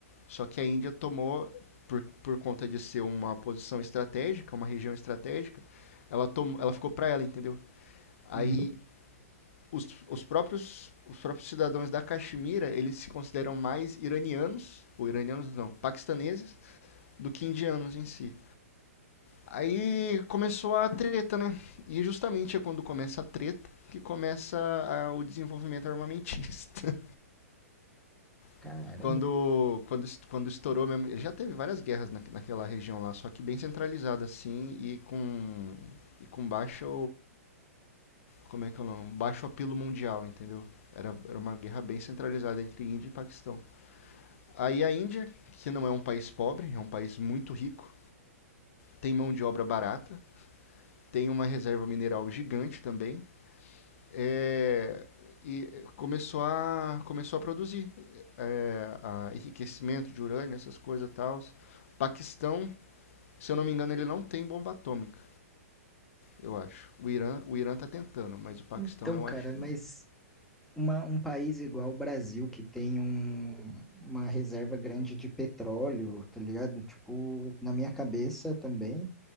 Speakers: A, on the left (about 60°); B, in the centre.
A: só que a Índia tomou, por, por conta de ser uma posição estratégica, uma região estratégica, ela, tom, ela ficou pra ela, entendeu? Aí
B: Uhum.
A: os, os próprios os próprios cidadãos da Caxemira, eles se consideram mais iranianos, ou iranianos não, paquistaneses, do que indianos em si. Aí começou a treta, né? E justamente é quando começa a treta que começa a- o desenvolvimento armamentista.
B: Caramba.
A: <laughs> quando, quando, quando estourou mesmo. Ele já teve várias guerras na, naquela região lá, só que bem centralizada assim e com, e com baixa como é que é o nome? Um Baixo apelo mundial, entendeu? Era, era uma guerra bem centralizada entre Índia e Paquistão. Aí a Índia, que não é um país pobre, é um país muito rico, tem mão de obra barata, tem uma reserva mineral gigante também, é, e começou a, começou a produzir é, a enriquecimento de urânio, essas coisas e tal. Paquistão, se eu não me engano, ele não tem bomba atômica, eu acho. O Irã, o Irã tá tentando, mas o Paquistão
B: Então,
A: eu
B: cara,
A: acho que
B: mas
A: não.
B: uma- um país igual o Brasil, que tem um- uma reserva grande de petróleo, tá ligado? Tipo, na minha cabeça também,